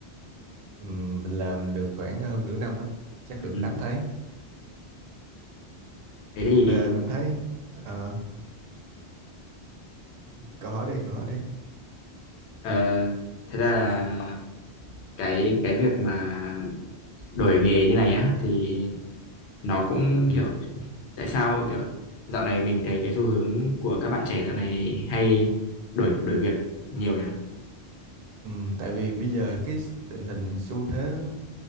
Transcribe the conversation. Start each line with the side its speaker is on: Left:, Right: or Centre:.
Right: ừm, mình làm được khoảng hơn nửa năm á, chắc
Left: ừ.
Right: được 8 tháng.
Left: thế thì
Right: Về mình thấy ờ, câu hỏi đi, câu hỏi đi.
Left: ờ, thật ra là cái cái việc mà đổi nghề như này á thì nó cũng
Right: Ừ.
Left: kiểu tại sao kiểu dạo này mình thấy cái xu hướng của các bạn trẻ dạo này hay đổi đổi việc nhiều nhỉ
Right: Ừ, tại vì bây giờ cái tình hình xu thế